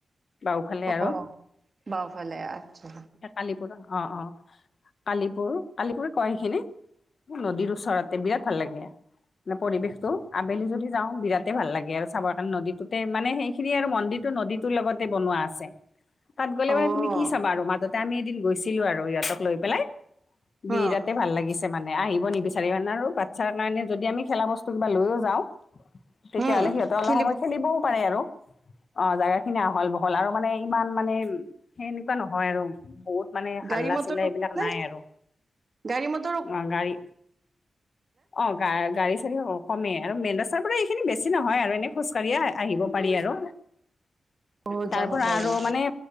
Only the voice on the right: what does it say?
অ', বাওঁফালে আচ্ছা
অ',
অ',
উম,
খেলিব
গাড়ী মটৰো
নে
গাড়ী মত!
<inaudible>
যাব
পাৰি